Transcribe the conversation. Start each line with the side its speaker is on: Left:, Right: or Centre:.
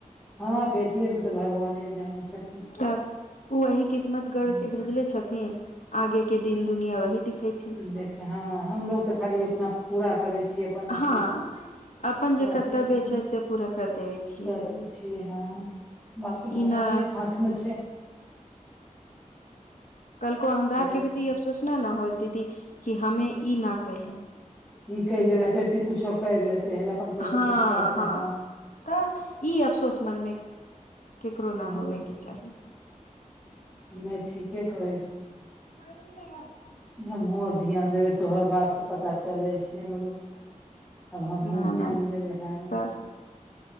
Centre: हँ बेटी आरके तऽ भगवाने जानै छथिन
Left: तब ओ एही किस्मत गढ़ि
Centre: हूँ,
Left: कऽ पठौने छथिन, आगाँके दिन दुनिया ओही देखेथिन।
Centre: देखे हँ, हमसभ तऽ खाली अपन पूरा करै छियै। <unintelligible>
Left: हँ अपन जे
Centre: बाकी
Left: कर्तव्य
Centre: तऽ
Left: छै से पूरा कर देबे छियै
Centre: करै छियै हँ। बाकी भगवानक
Left: ई न
Centre: हाथमे छै।
Left: काल्हि हमरा
Centre: बे
Left: आरकेँ ई अफसोस नहि होयत, दीदी, जे हम ई नहि कऽ सकलहुँ।
Centre: ई कऽ लेने रहितहुँ तऽ किछुओ करि लेने रहितहुँ हे, अपन पैर
Left: हँ
Centre: पर किछु करितहुँ।
Left: हँ तऽ ई अफसोस मोनमे केकरो नहि
Centre: ह
Left: होयबाक चाही।
Centre: नहि ठीके कहे छै।
Left: <unintelligible>
Centre: हमहूँ आब तोहर बात पर ध्यान देबै। आब हमहूँ
Left: न
Centre: ध्यान
Left: न
Centre: देबै हँ।
Left: तब